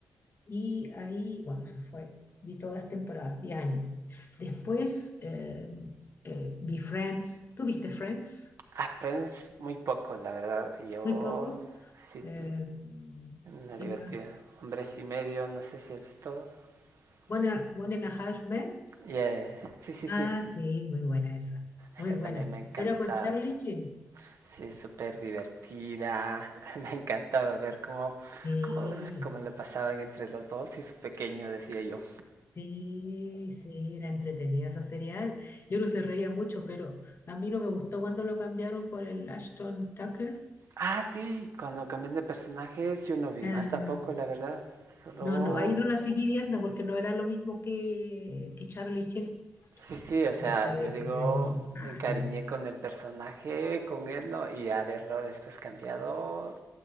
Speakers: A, on the left; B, on the right.
A: Y ahí, bueno, eso fue, vi todas las temporadas, 10 años. Después eh, eh, vi Friends. ¿Tú viste Friends?
B: A Friends muy poco, la verdad. Yo,
A: Muy poco.
B: sí,
A: Eh,
B: sí, me ha
A: ¿quién
B: divertido.
A: más?
B: Hombres y medio, no sé si has visto.
A: One,
B: Son-
A: One and a Half Men.
B: Yeah, Sí, sí,
A: Ah,
B: sí.
A: sí, muy buena esa. Muy
B: Esa
A: buena.
B: también me ha encantado.
A: Pero con Charlie Sheen.
B: Sí, es súper divertida. <laughs> Me encantaba ver cómo,
A: Sí,
B: cómo, cómo le pasaban entre los dos y su pequeño, decía yo.
A: sí, sí, era entretenida esa serial. Yo no se reía mucho, pero a mí no me gustó cuando lo cambiaron por el Ashton Tucker.
B: Ah, sí, cuando cambian de personajes yo no vi
A: Ah,
B: más tampoco, la verdad. Solo...
A: no, no, ahí no la seguí viendo porque no era lo mismo que, que Charlie Sheen.
B: Sí, sí, o sea,
A: Porque Charlie
B: yo digo,
A: Sheen era muy simpático.
B: me encariñé con el personaje, con él, ¿no? Y a verlo después cambiado,